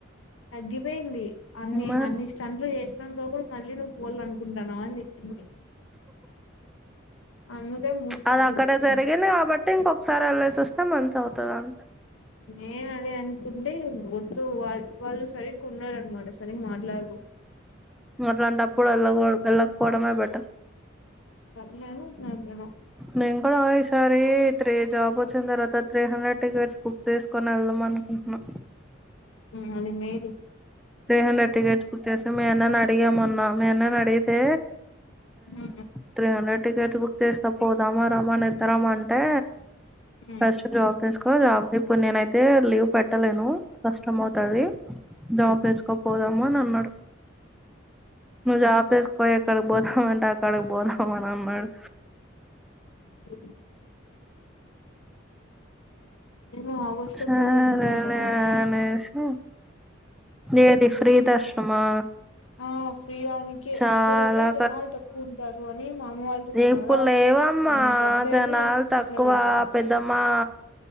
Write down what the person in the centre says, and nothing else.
మరి
అది అక్కడే
జరిగింది కాబట్టి ఇంకొకసారి వెళ్ళేసి వస్తే మంచి అవుతాది అంతే.
నువ్వు అట్లాంటప్పుడు వెళ్ళకపోవడమే బెటర్.
నేను కూడా పోయి ఈసారి త్రీ జాబ్ వచ్చిన తర్వాత త్రీ హండ్రెడ్ టికెట్స్ బుక్ చేసుకొని వెళ్దాం అనుకుంటున్నా.
త్రి హండ్రెడ్ టికెట్స్ బుక్ చేసి మీ అన్నని అడిగాను మొన్న మీ అన్నని అడిగితే
త్రీ హండ్రెడ్ టికెట్స్ బుక్ చేస్తా పోదామా రమ్మని ఇద్దారము అంటే
అస్ <inaudible> జాబ్ చేసుకో జాబ్ ఇప్పుడు నేనైతే లీవ్ పెట్టలేను కష్టం అవుతాది. చేసుకోపోదాము అని అన్నాడు నువ్వు జాబ్ కోపోయి. ఎక్కడికి పోదామంటే అక్కడికి పోదాము అని అన్నాడు.
సరేలే
అనేసి ఏది ఫ్రీ దర్శనమా
చాలా
రేపు లేవమ్మా
జనాలు
తక్కువ
పెద్దమ్మా